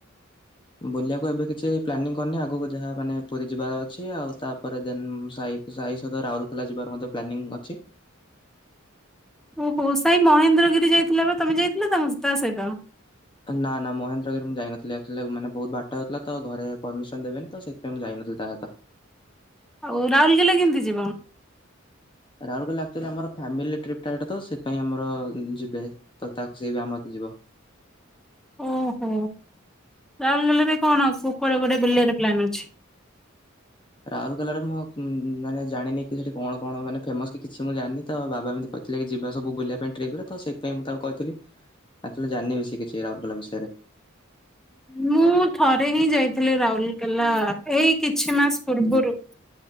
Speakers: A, on the left; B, in the centre.
A: ବୁଲିବାକୁ ଏବେ କିଛି ପ୍ଲାନିଂ କରିନି ଆଗକୁ ଯାହା ମାନେ ପୁରୀ ଯିବାର ଅଛି ଆଉ ତାପରେ ଦେନ୍ ସାଇ ସାଇ ସହିତ ରାଉରକେଲା ଯିବାର ମଧ୍ୟ ପ୍ଲାନିଂ ଅଛି।
B: ଓହୋ ସାଇ ମହେନ୍ଦ୍ରଗିରି ଯାଇଥିଲା ବା ତମେ ଯାଇ <unintelligible> ତମେ ତା ସହିତ।
A: ନା ନା ମହେନ୍ଦ୍ରଗିରି ମୁଁ ଯାଇନଥିଲି ଆକଚୁଆଲି ମାନେ ବହୁତ ବାଟ ହେଉଥିଲା ତ ଘରେ ପରମିସନ ଦେବିନି ତ ସେଥିପାଇଁ ମୁଁ ଯାଇନଥିଲ ତା ସହିତ।
B: ଆଉ ରାଉଲକେଲା କେମିତି ଯିବ?
A: ରାଉଲକେଲା ଆକଚୁଆଲି ଆମର ଫ୍ଯାମିଲ ଟ୍ରିପ ଏଟା ତ ସେଇଥିପାଇଁ ଆମର ଯିବେ ତ ତାକୁ ସେ ବି ଆମ ସହିତ ଯିବ।
B: ଓହୋ ରାଉରକେଲାରେ କଣ କୁଆଡେ ଗୋଟେ ବିଲିବାରେ ପ୍ଲାନିଂ ଅଛି?
A: ରାଉରକେଲାରେ ମୁଁ ମାନେ ଜାଣିନି କି ସେଠି କଣ କଣ ମାନେ ଫେମସ୍ କି କିଛି ମୁଁ ଜାଣିନି ତ ବାବା ଏମିତି କହିଥିଲେ କି ଯିବା ସବୁ ବୁଲିବା ପାଇଁ ଟ୍ରିପରେ ତ ସେଇଥିପାଇଁ ମୁଁ ତାକୁ କହିଥିଲି ଆକ୍ଚୁଆଲି ଜାଣିନି ସେ କିଛି ରାଉରକେଲା ବିଷୟରେ।
B: ମୁଁ ଥରେ ହିଁ ଯାଇଥିଲି ରାଉରକେଲା ଏଇ କିଛି ମାସ ପୂର୍ବରୁ